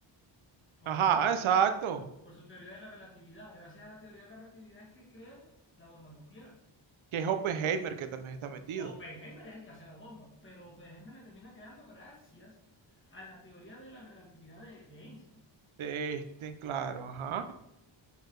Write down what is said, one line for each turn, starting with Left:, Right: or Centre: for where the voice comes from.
Left: por
Right: ajá,
Left: su, te- por
Right: exacto.
Left: su, por su teoría de la relatividad. Gracias a la teoría de la relatividad es que crean la bomba nuclear.
Right: Que es Oppenheimer que también está metido.
Left: Oppenheimer es el que hace la bomba, pero Oppenheimer la termina creando gracias a la teoría de la relatividad de, de Einstein.
Right: Este, claro, ajá.